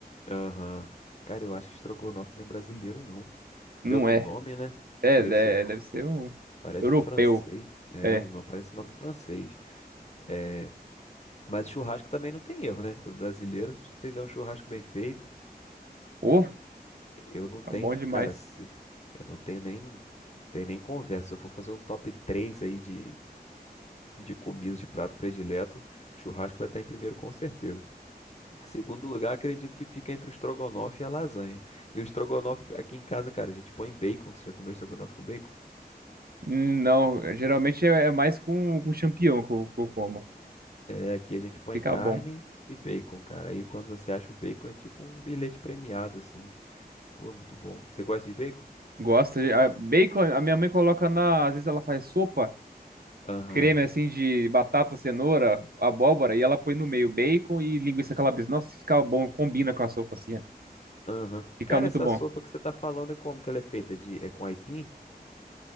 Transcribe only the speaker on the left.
Aham. Cara, eu acho que estrogonofe não é brasileiro, não.
Pelo
nome, né?
Por
esse nome.
Parece
francês. É,
um, nome- parece nome francês. É, mas churrasco também não tem erro, né? Pro brasileiro, se fizer um churrasco bem feito,
eu não tenho,
cara,
se- eu não tenho nem, tenho nem conversa. Se eu for fazer um top 3 aí de, de comidas de prato predileto, churrasco vai estar em primeiro com certeza. Segundo lugar, acredito que fica entre o estrogonofe e a lasanha. E o estrogonofe aqui em casa, cara, a gente põe bacon. Você já comeu estrogonofe com bacon?
É, aqui a gente põe
carne
e bacon, cara. Aí quando você acha o bacon é tipo um bilhete premiado, assim. Pô, é muito bom. Você gosta de bacon?
Aham,
aham.
Cara,
essa
sopa que você tá falando é como que ela é feita? De, é com aipim?